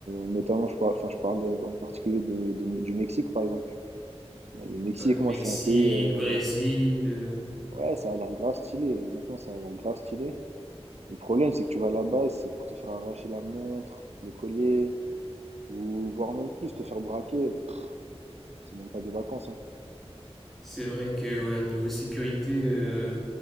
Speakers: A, on the right; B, in the centre.
A: notamment, je parle, enfin, je parle en particulier de, de- du Mexique, par exemple. Euh, Le Mexique,
B: Ouais,
A: moi,
B: Mexique,
A: c'est un pays, euh,
B: Brésil,
A: ouais,
B: euh,
A: Ouais, ça a l'air grave stylé. Honnêtement, ça a l'air grave stylé. Le problème, c'est que tu vas là-bas, c'est pour te faire arracher la montre, le collier, ou voire même plus, te faire braquer. Pff, c'est même pas des vacances, hein.
B: c'est vrai que ouais, niveau sécurité, euh,